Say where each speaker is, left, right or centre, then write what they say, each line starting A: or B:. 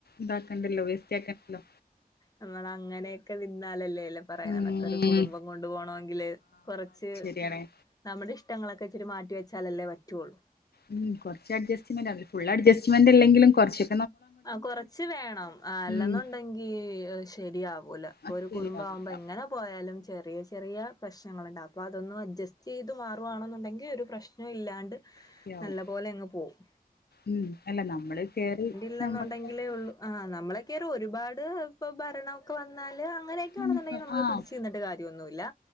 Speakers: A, on the left; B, on the left.
A: ഇതാക്കണ്ടല്ലോ വേസ്റ്റ് ആക്കണ്ടല്ലോ
B: നമ്മൾ അങ്ങനെയൊക്കെ നി ന്നാലല്ലല്ലേ പറയാ
A: ഉം
B: നടക്ക ഒരു കുടുംബം കൊണ്ട് പോണമെങ്കില് കൊറച്ച്
A: ശരിയാണ്-
B: നമ്മുടെ ഇഷ്ടങ്ങളൊക്കെ ഇച്ചിരി മാറ്റിവച്ചാലല്ലേ പറ്റൊള്ളൂ.
A: ഉം കുറച്ച് അഡ്ജസ്റ്റ്മെന്റ്ല്ല ഫുൾ അഡ്ജസ്റ്റ്മെന്റ്ല്ലെലും കുറച്ച്-
B: ആഹ് കൊറച്ച് വേണം അല്ലെന്നുണ്ടെങ്കി
A: ഉം
B: ശരിയാവൂല ഇപ്പൊ
A: അത്
B: ഒരു
A: ശരിയാവില്ല
B: കുടുംബംവുമ്പോ എങ്ങനെ പോയാലും ചെറിയ ചെറിയ പ്രശ്നങ്ങളുണ്ട് അപ്പോൾ അതൊന്ന് അഡ്ജസ്റ്റ് ചെയ്ത് മാറുവാണെന്നുണ്ടങ്കിൽ ഒരു പ്രശ്നം ഇല്ലാണ്ട്
A: ശരിയാവും
B: നല്ല പോലെ അങ്ങ് പോവും.
A: ഉം അല്ല നമ്മള് കേറി
B: ണ്ടെങ്കിലേ
A: നമ്മൾക്കായിട്ട്
B: ഉള്ള ആഹ് നമ്മൾ കേറി ഒരുപാട് ഇപ്പൊ ഭരണമ ഒക്കെ വന്നാല് അങ്ങനെയൊക്കെ
A: നമുക്ക്
B: ആണെന്നുണ്ടെങ്കിൽ നമ്മള്
A: ആഹ്
B: പിടിച്ചു നിന്നി്ട്ട് കാര്യന്നുല്ല-